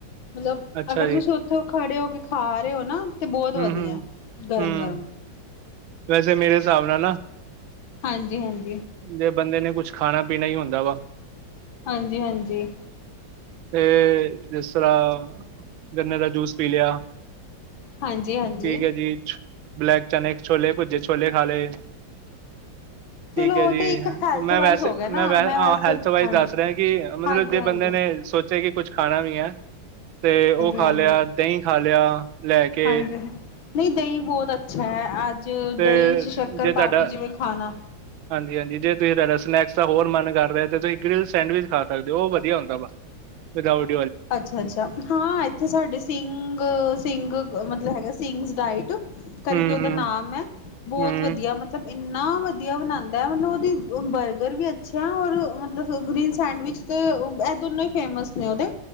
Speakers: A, on the left; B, on the right.
A: ਮਤਲਬ,
B: ਅੱਛਾ
A: ਅਗਰ
B: ਜੀ
A: ਤੁਸੀ ਔਥੋ ਖੜੇ ਹੋਕੇ, ਖਾ-ਰਹੇ, ਹੋ, ਨਾ ਤੇ ਬੋਤ
B: ਹੂੰ,
A: ਵਧੀਆ,
B: ਹੂੰ,
A: ਗਰਮ-ਗਰਮ।
B: ਹੂੰ ਵੈਸੇ ਮੇਰੇ ਹਿਸਾਬ ਨਾਲ ਨਾ
A: ਹਾਂਜੀ- ਹਾਂਜੀ‌।
B: ਜੇ ਬੰਦੇ ਨੇ, ਕੁਛ ਖਾਣਾ-ਪੀਣਾ ਹੀ ਹੁੰਦਾ ਵਾ
A: ਹਾਂਜੀ-ਹਾਜੀ।
B: ਤੇ, ਜਿਸ ਤਰ੍ਹਾਂ ਗੰਨੇ ਦਾ ਜੂਸ ਪੀ ਲਿਆ।
A: ਹਾਂਜੀ ਹਾਂਜੀ
B: ਪੀਕੇ, ਜੀ'ਚ ਬਲੈਕ ਚਨੇ, ਛੋਲੇ ਭੁਜੇ, ਛੋਲੇ ਖਾ ਲਏ।
A: ਚਲੋ
B: ਠੀਕ ਹੈ
A: ਉਹ
B: ਜੀ।
A: ਤੇ ਇੱਕ ਹੈਲਥ
B: ''ਮੈਂ
A: ਵਾਈਜ਼
B: ਵੈਸੇ,
A: ਹੋ ਗਿਆ ਨਾ
B: ਮੈਂ,
A: ਵੈਸੇ
B: ਹਾਂ ਹੈਲਥ ਵਾਈਜ਼
A: ਹਾਂਜੀ
B: ਦੱਸ ਰਿਹਾ ਕਿ ਮਤਲਬ
A: ਹਾਂਜੀ
B: ਜੇ
A: ਹਾਂਜੀ ਹਾਂਜੀ
B: ਬੰਦੇ ਨੇ ਮੇਂ ਸੋਚ ਕਿ ਕੁਛ ਖਾਣਾ ਵੀ ਹੈ, ਤੇ ਉਹ ਖਾ
A: ਹਾਂਜੀ
B: ਲਿਆ, ਦਹੀਂ-ਖਾ ਲਿਆ ਲੈਕੇ।
A: ਹਾਂਜੀ ਨਹੀਂ, ਦਹੀਂ ਬਹੁਤ ਅੱਛਾ ਹੈ‌। ਅੱਜ
B: ਤੇ,
A: ਦਹੀਂ ਚ ਸ਼ੱਕਰ
B: ਜੇ ਤੁਹਾਡਾ
A: ਪਾ ਕੇ ਜਿਵੇਂ ਖਾਣਾ
B: ਹਾਂਜੀ-ਹਾਂਜੀ ਜੇ ਤੁਸੀਂ ਤੁਹਾਡਾ ਸਨੈਕਸ ਹੋਰ ਮਨ ਕਰ ਰਿਹਾ ਤੇ, ਤੁਸੀਂ ਗ੍ਰੀਲ ਸੈਂਡਵਿਚ ਖਾ ਸਕਦੇ ਹੋ। ਉਹ ਵਧੀਆ ਹੁੰਦਾ ਵਾ। ਵੀਦਾਉਟ
A: ਅੱਛਾ-ਅੱਛਾ, ਹਾਂ। ਇੱਥੇ ਸਾਡੇ ਸਿੰਘ, ਸਿੰਘ ਮਤਲਬ ਹੈਗਾ ਸਿੰਘਜ ਡਾਇਟ
B: ਹੂੰ
A: ਕਰਕੇ ਉਹਦਾ
B: ਹੂੰ
A: ਨਾਮ ਹੈ, ਬਹੁਤ
B: ਹੂੰ
A: ਵਧੀਆ। ਮਤਲਬ ਇੰਨਾ ਵਧੀਆ ਬਣਾਂਦਾ ਹੈ, ਮਤਲਬ। ਉਹਦੀ ਬਰਗਰ ਵੀ ਅੱਛੀ ਹੈ, ਔਰ ਮਤਲਬ ਗ੍ਰੀਨ ਸੈਂਡਵਿਚ ਤੇ, ਇਹ ਦੋਨੋ ਹੀ, ਫੇਮਸ ਨੇ ਉਹਦੇ